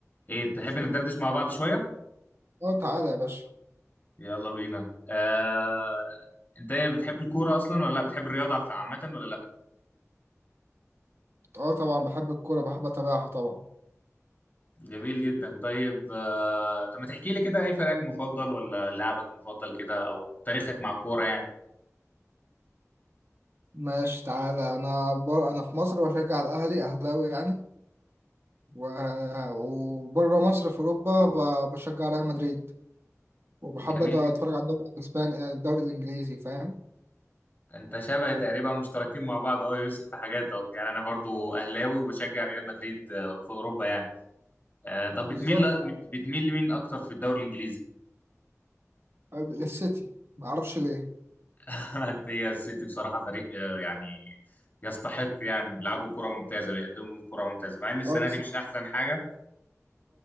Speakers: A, on the left; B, on the right.
A: ايه تحب
B: بإذن
A: ندردش
B: الله
A: مع بعض شويه
B: أه تعالى يا باشا
A: يلا بينا آه... انت ايه بتحب الكوره اصلا ولا لا بتحب الرياضه في- عامه ولا لا
B: أه طبعا بحب الكورة بحب أتابعها طبعا
A: جميل جدا طيب آه... طب ما تحكي لي كده ايه فريقك المفضل ولا لاعبك المفضل كده او تاريخك مع الكوره يعني
B: ماشي تعالى أنا بر... أنا في مصر بشجع الأهلي أهلاوي يعني و... وبره مصر في أوروبا ب... بشجع ريال مدريد وبحب
A: جميل
B: أتفرج
A: جدا
B: على الدوري الإسباني الدوري الإنجليزي فاهم؟
A: انت شبه تقريبا مشتركين مع بعض اهو يا يوسف في حاجات اهو يعني انا برضو اهلاوي وبشجع ريال مدريد آه، في اوروبا يعني آه، طب
B: بالظبط
A: بتميل ل- بتميل لمين اكتر في الدوري الانجليزي
B: السيتي ما اعرفش ليه
A: <laughs> هي السيتي بصراحه فريق آه، يعني يستحق يعني بيلعبوا كره ممتازه بيقدموا كره ممتازه مع ان السنه
B: اه
A: دي مش احسن حاجه